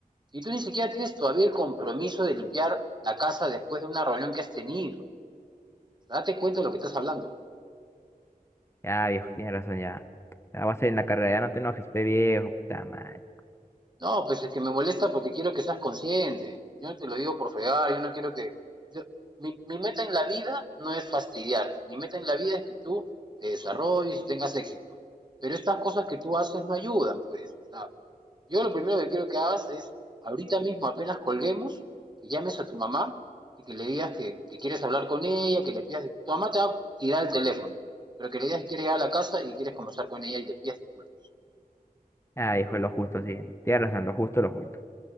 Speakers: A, on the right; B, on the left.
A: Y tú ni siquiera tienes todavía el compromiso de limpiar la casa después de una reunión que has tenido. Date cuenta de lo que estás hablando.
B: Ya, viejo, tienes razón, ya. Ya vas a ir en la carrera, ya no te enojes, pe, viejo, puta madre.
A: No, pues es que me molesta porque quiero que seas consciente. Yo no te lo digo por fregar, yo no quiero que... yo- mi, mi meta en la vida no es fastidiarte, mi meta en la vida es que tú te desarrolles y tengas éxito. Pero estas cosas que tú haces no ayudan, pues. O sea, yo lo primero que quiero que hagas es, ahorita mismo apenas colguemos, que llames a tu mamá y que le digas que, que quieres hablar con ella, que le pidas... disculpas. Tu mamá te va a tirar el teléfono, pero que le digas que quieres ir a la casa y quieres conversar con ella y le pidas disculpas.
B: Ah, viejo, lo justo, sí. Tienes razón, lo justo, lo justo.